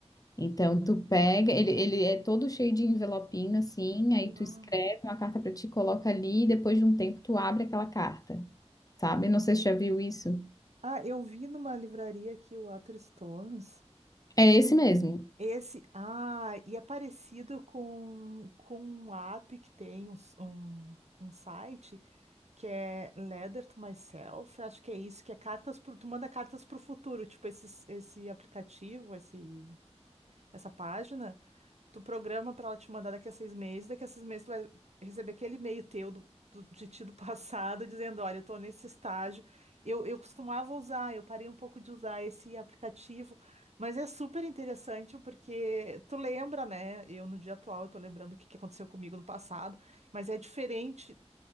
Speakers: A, on the left; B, on the right.
A: Então, tu pega, ele, ele é todo cheio de envelopinho, assim, aí
B: Uau.
A: tu escreve uma carta pra ti, coloca ali, e depois de um tempo tu abre aquela carta, sabe? Não sei se já viu isso.
B: Ah, eu vi numa livraria aqui o Waterstones.
A: É esse mesmo.
B: Esse, ah, e é parecido com, com um app que tem um, s- um, um site que é Letter to Myself, acho que é isso, que é cartas pro, tu manda cartas para o futuro, tipo esse, esse aplicativo, esse, essa página. Tu programa pra ela te mandar daqui a seis meses, daqui a seis meses tu vai receber aquele e-mail teu do, do- de ti do <laughs> passado, dizendo, olha, eu tô nesse estágio. Eu, eu costumava usar, eu parei um pouco de usar esse aplicativo, mas é super interessante porque tu lembra, né? Eu no dia atual, eu tô lembrando o que que aconteceu comigo no passado, mas é diferente